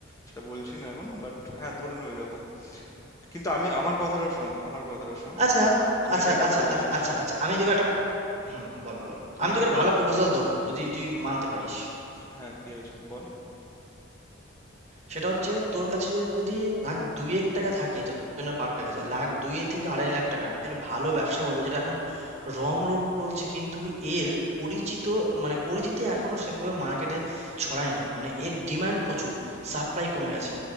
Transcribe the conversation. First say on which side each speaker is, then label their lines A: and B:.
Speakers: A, on the left (about 15°); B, on the right (about 35°).
A: সেটা বলছি না এখন বাট হ্যাঁ ধরে নে ওই রকম কিন্তু আমি আমার কথাটা শোন আমার কথাটা শোন
B: আচ্ছা
A: তুই
B: আচ্ছা
A: যেটা
B: আচ্ছা
A: বললিস
B: আচ্ছা আচ্ছা আচ্ছা আমি তোকে একটা হুম বল বল
A: তুই
B: আমি তোকে
A: যেটা
B: একটা ভালো প্রপোজাল দেবো যদি তুই মানতে পারিস
A: হ্যাঁ কি হয়েছে বল
B: সেটা হচ্ছে তোর কাছে যদি লাখ দুয়েক টাকা থাকে তোর জন্য পাঠার কাছে লাখ দুয়ে থেকে আড়াই লাখ টাকা তুমি একটা ভালো ব্যবসা বলবো যেটা এখন রমরম বলছে কিন্তু এর পরিচিত মানে পরিচিতি এখনো সেভাবে মার্কেটে ছড়ায়নি মানে এর ডিমান্ড প্রচুর সাপ্লাই কমে গেছে